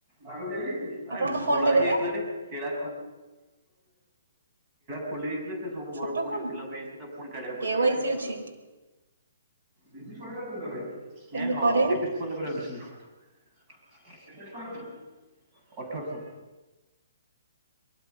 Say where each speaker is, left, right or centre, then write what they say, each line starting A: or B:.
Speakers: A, on the right; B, on the right.
A: ପାଗ ଦେଇଦେଇଚି
B: ଆପଣଙ୍କ ଫୋନ
A: ଖୋଳା
B: ଟା
A: ହେଇ
B: ଦେଲେ
A: ଯାଇଥିଲାରେ <inaudible> କେଳା ଖୋଲି ଦେଇଥିଲେ ସେ ସବୁ
B: ଛୋଟ
A: ଘର ପୁଣି
B: ଫୋନ
A: ଫିଲପ ହେଇଯାଇଚି ତାକୁ ପୁଣି କଢ଼ିଆକୁ
B: କେୱାଇସି
A: ପଡିବ
B: ଅଛି
A: <unintelligible>
B: କେମିତି କରେଇବେ?
A: ଅଠରଶହ।